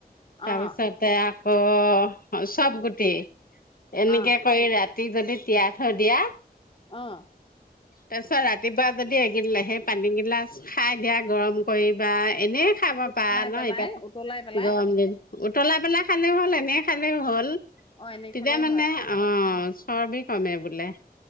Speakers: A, on the left; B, on the left.
A: তাৰপিছতে
B: অ',
A: আকৌ চব গোটেই। এনেকে
B: অ',
A: কৰি ৰাতি যদি তিয়াই থৈ দিয়া
B: আহ
A: তাৰ পিছত ৰাতিপুৱা যদি এইগিলে সেই পানী গিলা খাই দিয়া গৰম কৰি বা এনেই খাব
B: উতলাই
A: পাৰা ন
B: পেলাই
A: এতিয়া
B: উতলাই পেলাই
A: গৰম দিন উতলা পেলাই খালে হ'ল এনে খালেই হ'ল তেতিয়া
B: অ', এনেই খালেও
A: মানে
B: হয়
A: অ চৰবি কমে বোলে